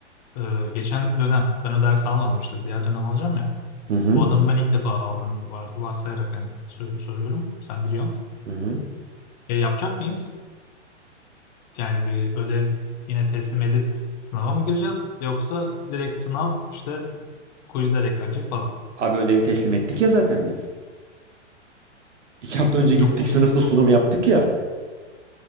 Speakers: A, on the left (about 40°); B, on the right (about 75°).
A: e, geçen dönem ben o dersi almadım işte diğer dönem alacağım ya.
B: Hı hı.
A: Bu adamı ben ilk defa aldım var, varsayarak hani sor- soruyorum. Sen biliyorsun.
B: Hı hı.
A: E, yapacak mıyız? Yani bir ödev yine teslim edip sınava mı gireceğiz? Yoksa direkt sınav işte quizler eklenecek falan.
B: Abi ödevi teslim ettik ya zaten biz. İki hafta önce
A: Yok
B: gittik
A: onu,
B: sınıfta sunum
A: onu,
B: yaptık ya.